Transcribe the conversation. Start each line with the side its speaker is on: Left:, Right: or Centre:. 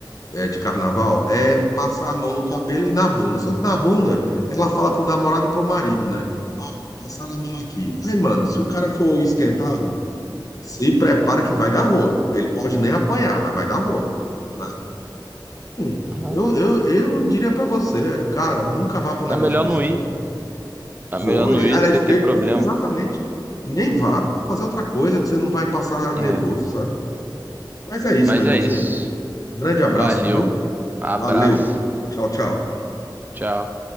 Left: é, de carnaval, é passar a mão no cabelo e na bunda. Só que na bunda, ela fala pro namorado e pro marido, né? Ah, passar a mão aqui. Aí, mano, se o cara for esquentado, se prepara que vai dar rolo. Ele pode nem apanhar, mas vai dar rolo, né? Hum,
Right: Ah,
Left: eu, eu, eu diria pra você, cara, nunca vá pra um
Right: é
Left: negócio
Right: melhor
Left: desse
Right: não
Left: que
Right: ir.
Left: você não vai.
Right: É
Left: Vou,
Right: melhor não
Left: e-
Right: ir
Left: aliás,
Right: do que ter
Left: e-
Right: problema.
Left: é exatamente. Nem vá, vá fazer outra coisa que você não vai passar nervoso,
Right: É.
Left: sabe? Mas é isso,
Right: Mas
Left: meu irmãozinho.
Right: é isso.
Left: Grande abraço,
Right: Valeu.
Left: viu?
Right: Abraço.
Left: Valeu. Tchau, tchau.
Right: Tchau.